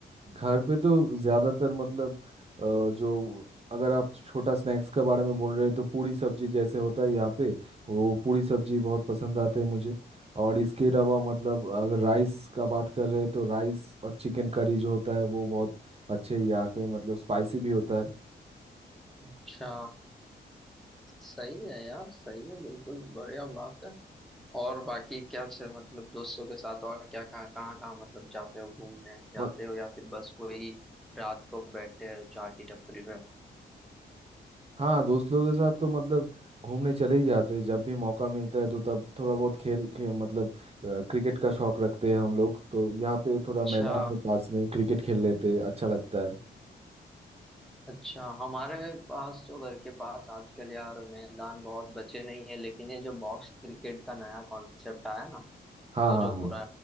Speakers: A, on the right; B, in the centre.
A: घर पे तो ज्यादातर मतलब अ, जो अगर आप छोटा स्नैक्स के बारे में बोल रहे हैं तो पूरी सब्जी जैसे होता है यहाँ पे वो पूरी सब्जी बहुत पसंद आते हैं मुझे और इसके अलावा मतलब अगर राइस का बात कर रहे हैं तो राइस और चिकन करी जो होता है वो बहुत अच्छे यहाँ के मतलब स्पाइसी भी होता
B: अच्छा सही है यार सही है बिल्कुल बढ़िया बात है और बाकी क्या से मतलब दोस्तों के साथ और क्या कहाँ कहाँ कहाँ मतलब जाते हो घूमने जाते
A: है
B: हो या फिर बस वही रात को बैठते हो चाय की टपरी पे
A: हाँ दोस्त लोगों के साथ तो मतलब घूमने चले ही जाते हैं जब भी मौका मिलता है तो तब थोड़ा बहुत खेल के मतलब अ, क्रिकेट का शौक रखते हैं हम लोग तो यहाँ पे थोड़ा
B: अच्छा
A: मैदान है पास में क्रिकेट खेल लेते हैं अच्छा लगता है
B: अच्छा हमारे पास तो घर के पास आजकल यार मैदान बहुत बचे नहीं है लेकिन ये जो बॉक्स क्रिकेट का नया कॉन्सेप्ट आया ना
A: हाँ
B: वो
A: हाँ
B: जो
A: हाँ
B: पूरा